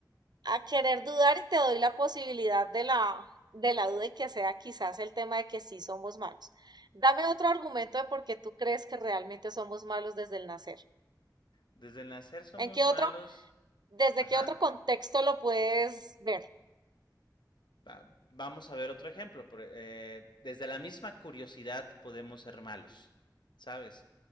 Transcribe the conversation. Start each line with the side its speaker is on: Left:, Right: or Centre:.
Right: a querer dudar y te doy la posibilidad de la, de la duda y que sea quizás el tema de que sí somos malos. Dame otro argumento de por qué tú crees que realmente somos malos desde el nacer.
Left: desde el nacer somos
Right: ¿En qué
Left: malos,
Right: otro? ¿Desde
Left: ajá.
Right: qué otro contexto lo puedes ver?
Left: Va- vamos a ver otro ejemplo. eh, desde la misma curiosidad podemos ser malos, ¿sabes?